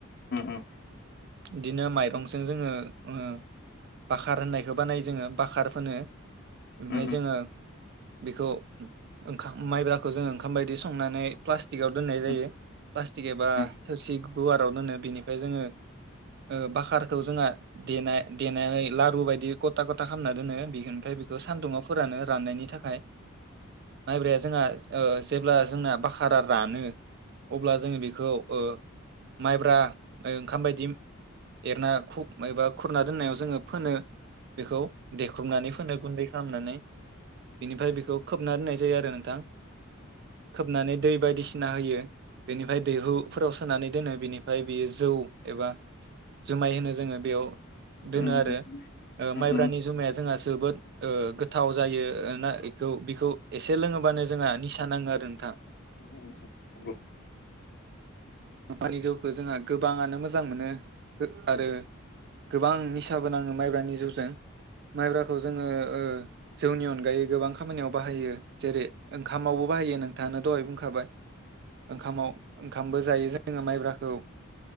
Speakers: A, on the left; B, on the right.
A: उम उम
B: बिदिनो माइरंजों जोङो ओ बाखार होननायखौ बानायो जोङो बाखार फोनो ओमफाय
A: उम
B: जोङो बेखौ ओंखाम माइब्राखौ जोङो ओंखाम बायदि संनानै प्लास टिकआव दोननाय
A: उम
B: जायो प्लास्टिक एबा
A: उम
B: थोरसि गुवाराव दोनो बेनिफाय जोङो ओ बाखार खौ जोंहा दे देनानै लारु बायदि गथा गथा खालामना दोनो बेखोनो ओमफाय बेखौ सान्दुंङा फोरानो राननायनि थाखाय मायब्राया जोंहा ओ जेब्ला जोंना भाकारा रानो अब्ला जोङो बेखौ ओ माइब्रा ओंखाम बायदि एरना खु एबा खुरना दोननायाव जोङो फोनो बेखौ देख्रुबनानै फोनो गुन्दै खालामनानै बिनिफ्राय बेखौ खोबना दोननाय जायो आरो नोंथां खोबनानै दै बायदिसिना ना होयो बेनि ओमफ्राय दैहुफोराव सोनानै दोनो बिनि ओमफ्राय बियो जौ एबा जुमाय होनो जोङो बेयाव दोनो
A: उम
B: आरो
A: उम
B: ओ माइब्रानि
A: उम
B: जुमाया जोंहा जोबोद ओ गोथाव जायो ओ ना बेखौ बिखौ एसे एसे लोङोबननो जोंहा निसा नाङो आरो नोंथां।
A: <unintelligible> नंगौ
B: मानि जौखौ जोंहा गोबाङानो मोजां मोनो। गो आरो गोबां निसा बो नाङो मायब्रानि जौजों, मायब्रा खौ जोङो ओ जौनि अनगायै गोबां खामानियाव बाहायो जेरै ओंखामावबो बाहायो नोंथाङानो दहाय बुंखाबाय। ओंखामाव ओंखामबो जायो जोङो माइब्राखौ